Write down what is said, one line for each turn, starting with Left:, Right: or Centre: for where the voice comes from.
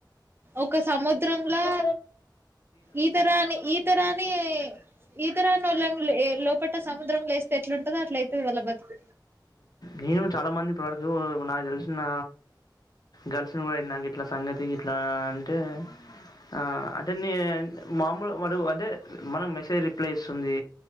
Right: ఒక సముద్రంలా
Left: <unintelligible>
Right: ఈతరాని ఈతరాని ఈతరాని వాళ్ళని లోపట సముద్రంలో ఎస్తే ఎట్లుంటందో అట్ల అయితే వాళ్ళ బతుక
Left: నేను చాలా మంది ఇప్పవరకు నాకు తెలిసిన గర్ల్స్ కూడ అయింది నాకు ఇట్లా సంగతి ఇట్లా అంటే ఆ అంటే మామూలు వాడు అంటే మనం మెసేజ్ రిప్లై ఇస్తుంది